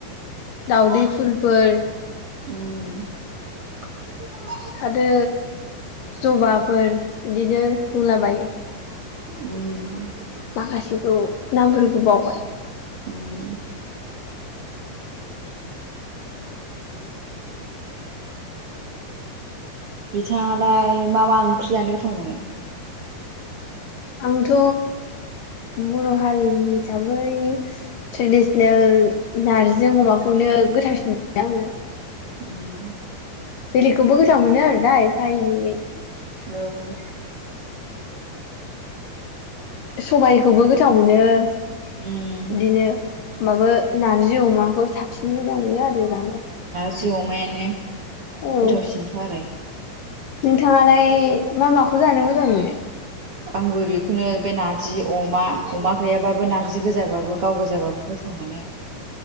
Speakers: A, on the left; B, on the right.
A: दाउदै फुलफोर।
B: उम
A: आरो जबाफोर बिदिनो रुलाबायो।
B: उम।
A: माखासेखौ नामफोरखौ बावबाय।
B: उम बिथाङालाय मा मा ओंख्रियानो गोथाव मोनो।
A: आंथ' बर' हारिनि हिसाबै ट्रेडिसनेल। नार्जिजों अमाखौनो गोथावसिन मोनो आङो।
B: उम।
A: बेलिखौबो गोथाव मोनो आरो दा एफा एनैै।
B: औ।
A: सबायखौबो गोथाव मोनो बिदिनो
B: उम
A: माबा। नारजि अमाखौ साबसिन मोजां मोनो आरो जानो।
B: जि अमायानो
A: औ
B: गोथावसिनथ' आरो
A: नोंथाङालाय मा माखौ जानो मोजां मोनो।
B: आंबो बेखौनो बे नारजि अमा अमा गैयाबाबो नारजि गोजाबाबो गाव गोजाबाबो गोथाव। गोथाव मोनो।